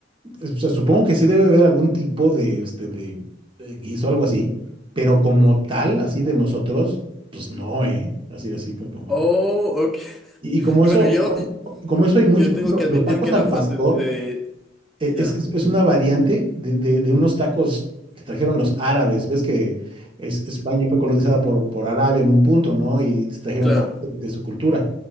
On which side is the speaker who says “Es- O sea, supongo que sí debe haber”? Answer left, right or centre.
Right